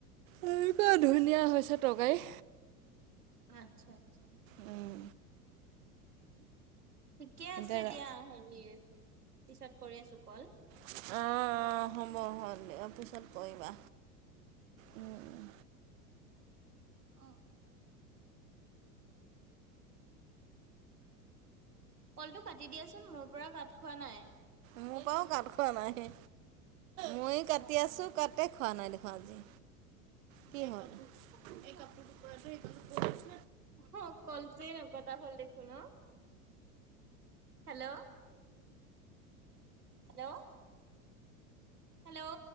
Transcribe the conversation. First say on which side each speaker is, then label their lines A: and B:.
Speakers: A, on the right; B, on the right.
A: এনেকুৱা ধুনীয়া হৈছে তকাৰকাৰী।
B: আচ্ছা, আচ্ছা।
A: উম।
B: ঠিকে আছে
A: এতিয়া
B: দিয়া হেৰি, পিছত কৰি আছোঁ‌ কল।
A: অ'-অ', হ'ব হল দিয়ক, পিছত কৰিবা, উম।
B: অ'। কলটো কাটি দিয়াচোন মোৰ পৰা কাট খোৱা নাই।
A: মোৰ পৰাও কাট খোৱা নাই, ময়ো কাটি
B: অ'
A: আছোঁ
B: অ'
A: কাট কাটেই খোৱা নাই দেখো আজি, কি হ'ল?
B: কলটো অহ, কলটোৱে নকটা হ'ল দেখোন অ'। হেল্ল'? হেল্ল'? হেল্ল'?